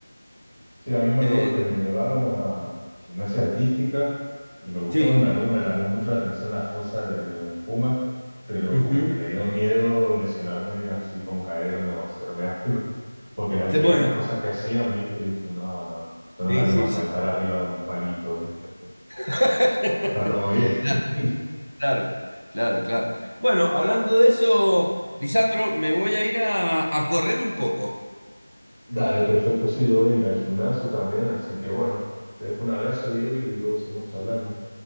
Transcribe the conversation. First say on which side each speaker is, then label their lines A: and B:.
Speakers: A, on the right; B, on the left.
A: Sí, a mí me
B: Eh,
A: acuerdo que me llevaron a gimnasia artística y me gustó,
B: sí,
A: me acuerdo me llamó mucho la atención la fosa de, de Gómez Puma, pero
B: ujú.
A: como que me dio miedo lesionarme así como caerme o hacerme <laughs> algo, porque las,
B: Qué
A: veía
B: Bueno,
A: las cosas que hacían, ¿viste? Y dije, no, no, yo no
B: sí,
A: me animo
B: sí,
A: a saltar
B: sí.
A: arriba de un palito, ¿viste?
B: <laughs>
A: Está todo bien. <laughs>
B: Claro, Claro, claro, claro. Bueno, hablando de eso, Lisandro, me voy a ir a, a correr un poco.
A: Dale, perfecto, sí, yo voy a ir al gimnasio también, así que bueno, te dejo un abrazo, Diego, y luego seguimos charlando.